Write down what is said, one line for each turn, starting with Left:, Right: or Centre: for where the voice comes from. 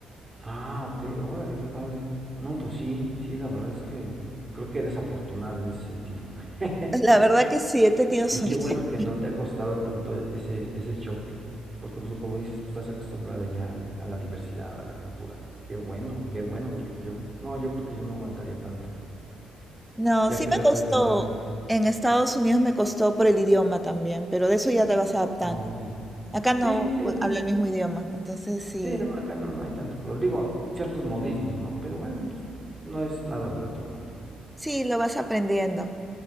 Right: Ah, ok, órale, qué padre. No, pues sí, sí, la verdad es que creo que eres afortunada en ese sentido. <laughs>
Centre: <laughs> La verdad que sí, he tenido <laughs> suerte.
Right: Y qué bueno que no te ha costado tanto e- ese, ese choque, porque pues como dices, pues, estás acostumbrada ya al- a la diversidad, a la cultura. Qué bueno, qué bueno, porque pues, yo, no, yo creo que yo no aguantaría tanto.
Centre: No,
Right: Ya
Centre: sí
Right: querés
Centre: me costó.
Right: regresarme.
Centre: En Estados Unidos me costó por el idioma también, pero de eso ya te vas adaptando.
Right: Ah, ok.
Centre: Acá no
Right: Sí, sí,
Centre: u-
Right: pues.
Centre: hablo el mismo idioma, entonces sí,
Right: Sí, no, acá no, no hay tanto problema. Digo, ciertos modismos, ¿no? Pero bueno, pues no es nada del otro mundo.
Centre: sí, lo vas aprendiendo.